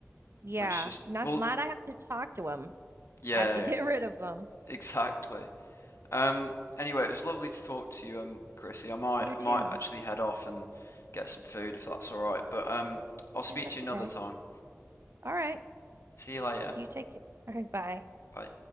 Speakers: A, on the right; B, on the left.
A: Yeah.
B: which just,
A: Not
B: well,
A: not I have to talk to him.
B: yeah,
A: I have to <laughs> get rid of him.
B: <laughs> exactly. Um, anyway, it was lovely to talk to you, um, Chrissy. I might,
A: You
B: I
A: too.
B: might actually head off and get some food if that's all right. But um, I'll speak
A: Yeah, that's
B: to you another
A: okay.
B: time.
A: All right.
B: See you later.
A: You take it. All right, bye.
B: Bye.